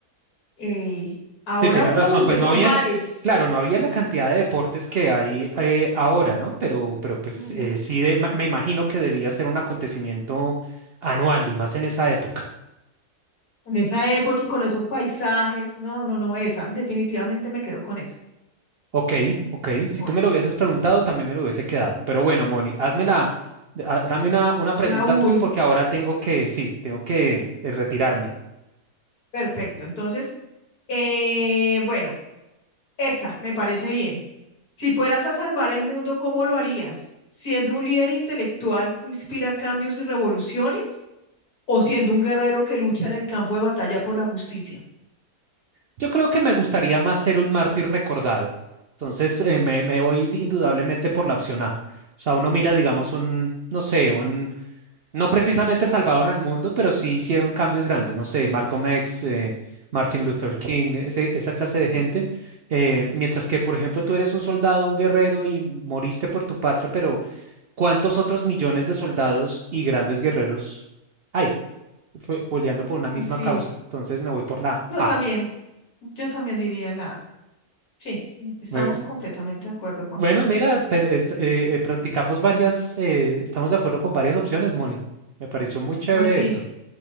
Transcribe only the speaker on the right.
Sí, tienes
razón.
Pues
no
habían, claro, no había la cantidad de deportes que hay eh, ahora, ¿no? Pero, pero pues
eh, sí, de- ma- me imagino que debía ser un acontecimiento anual y más en esa época.
Ok, ok. Si
tú me lo hubieses preguntado, también me lo hubiese quedado. Pero bueno, Moni, hazme la, a- dame una, una pregunta
tú, porque ahora tengo que, sí, tengo que eh, retirarme.
Yo creo que me gustaría más ser un mártir recordado. Entonces, eh, me, me voy indudablemente por la opción A. O sea, uno mira, digamos, un, no sé, un, no precisamente salvaron al mundo, pero sí hicieron cambios grandes, no sé, Malcolm X, eh, Martin Luther King, ese- esa clase de gente.
Eh, mientras que, por ejemplo, tú eres un soldado, un guerrero y moriste por tu patria, pero ¿cuántos otros millones de soldados y grandes guerreros hay fo- peleando por una
misma causa?
Entonces, me voy por la
A.
Bueno.
Bueno,
mira, ten- es- eh, eh, practicamos varias, eh, estamos de acuerdo con varias opciones, Moni. Me pareció muy chévere
esto.